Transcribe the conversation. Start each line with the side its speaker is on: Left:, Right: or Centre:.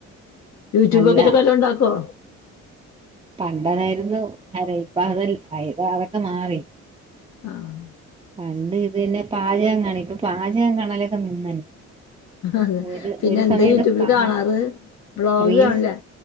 Left: യൂട്യൂബോക്കീട്ട്
Right: അല്ല
Left: ക്കെവെല്ലം ണ്ടാക്കോ
Right: പണ്ടതായിരുന്നു അര ഇപ്പ അതല്ല അയ് അതൊക്കെ മാറി
Left: ആഹ്
Right: പണ്ട് ഇത് ന് പാചകം കാണും ഇപ്പൊ പാചകം കണലൊക്കെ നിന്ന്
Left: അതെ
Right: ഒര്
Left: പിന്നെ
Right: ഒര
Left: എന്താ
Right: സമയത്ത്
Left: യൂട്യൂബിൽ
Right: പാ
Left: കാണാറ് വ്ളോഗ്
Right: റീ
Left: കാണില്ലേ
Right: സാ